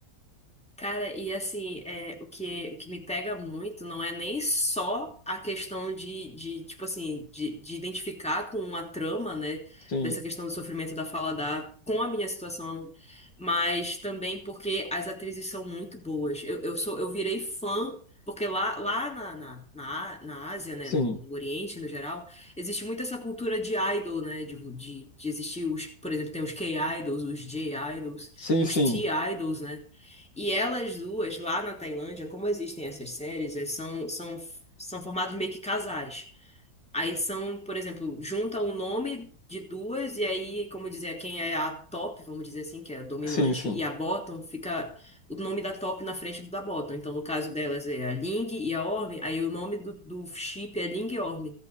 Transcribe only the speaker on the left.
Sim,
sim,
sim,
sim,
sim, sim.